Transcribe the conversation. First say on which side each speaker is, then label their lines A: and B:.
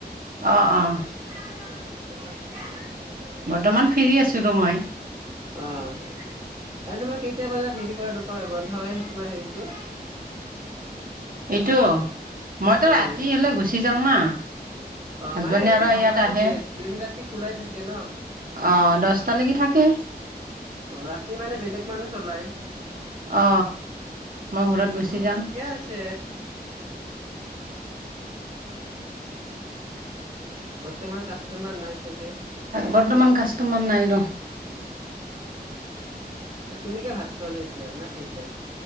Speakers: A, on the right; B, on the right.
A: অঁ, অঁ।
B: <unintelligible>
A: বৰ্তমান ফ্ৰী আছোঁ ৰ মই।
B: অঁ আৰু তোমাৰ কেইটা বজাত হেৰি কৰা দোকান বন্ধ হয় তোমাৰ হেৰিটো
A: এইটো মই ত
B: উম
A: ৰাতি হলে গুচি যাং না।
B: অঁ
A: হাজবেণ্ডে
B: মানে এনেতো
A: আৰু
B: ধাবাটো
A: ইয়াত আহে
B: দে দিন-ৰাতি খোলাই থাকে ন।
A: অ দহটালৈকে থাকে
B: অঁ ৰাতি মানে বেলেগ মানুহ চলাই।
A: অ মই ঘৰত গুচি
B: অঁ
A: যাওঁ
B: ঠিকে আছে। বৰ্তমান কাষ্টমাৰ নাই চাগে।
A: বৰ্তমান কাষ্টমাৰ নাই ৰহ।
B: অঁ তুমি কিয় ভাত খোৱা নাই এতিয়া না খাইছা।